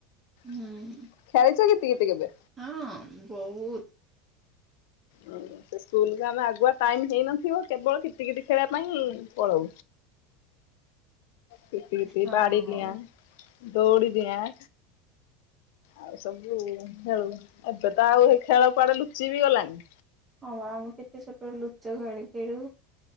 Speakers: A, on the right (about 15°); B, on the left (about 75°).
A: ହୁଁ
B: ଖେଳିଛ କିତି କିତି କେବେ?
A: ହଁ, ବହୁତ।
B: ହଁ, ସେ ସ୍କୁଲକୁ ଆମେ ଆଗୁଆ ଟାଇମ ହେଇନଥିବ କେବଳ କିତି କିତି ଖେଳିବା ପାଇଁ ପଳଉ। କିତି କିତି,
A: ହଁ
B: ବାଡ଼ି
A: ହଁ
B: ଡିଆଁ, ଦୌଡ଼ି ଡିଆଁ ଆଉ ସବୁ ଖେଳୁ ଏବେ ତ ଆଉ ହେଇ ଖେଳ କୁଆଡେ ଲୁଚି ବି ଗଲାଣିି।
A: ହଁ ବା ଆମେ କେତେ ଛୋଟ ବେଳେ ଲୁଚକାଳି ଖେଳୁ